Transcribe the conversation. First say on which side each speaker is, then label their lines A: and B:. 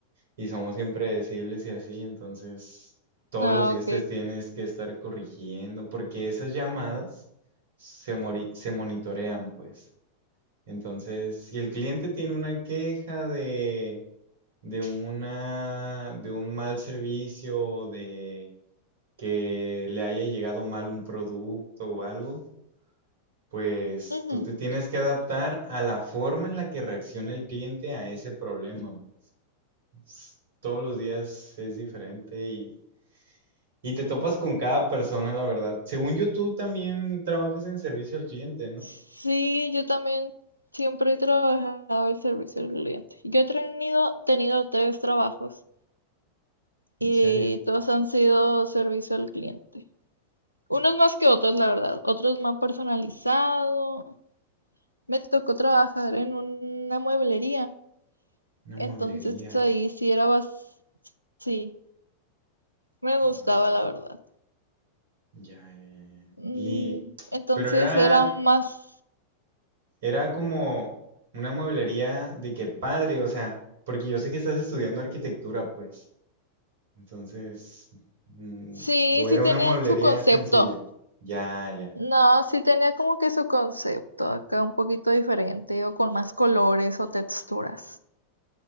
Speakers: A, on the right; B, on the right.
A: y somos impredecibles y así, entonces todos
B: Ah,
A: los días
B: ok.
A: te tienes que estar corrigiendo porque esas llamadas se, mori- se monitorean pues. Entonces, si el cliente tiene una queja de, de una, de un mal servicio, o de que le haya llegado mal un producto o algo, pues
B: Ujú.
A: tú te tienes que adaptar a la forma en la que reacciona el cliente a ese problema, pues s- todos los días es diferente y, y te topas con cada persona, la verdad. Según yo, tú también trabajas en servicio al cliente, ¿no?
B: Sí, yo también siempre he trabajado el servicio al cliente. Yo he tenido, tenido tres trabajos
A: En
B: y
A: serio,
B: todos han sido servicio al cliente. Unos más que otros, la verdad. Otros más personalizados me tocó trabajar en una mueblería,
A: una mueblería.
B: entonces ahí sí era bas- sí, me gustaba
A: Wow,
B: la verdad.
A: ya, ya, ya, ya.
B: Mm,
A: Y,
B: Entonces
A: pero era...
B: era más,
A: Era como una mueblería de que padre, o sea, porque yo sé que estás estudiando arquitectura, pues. Entonces, mm,
B: sí,
A: o era
B: sí tenían
A: una mueblería
B: su concepto.
A: sencilla. Ya, ya.
B: No, sí tenía como que su concepto acá un poquito diferente o con más colores o texturas.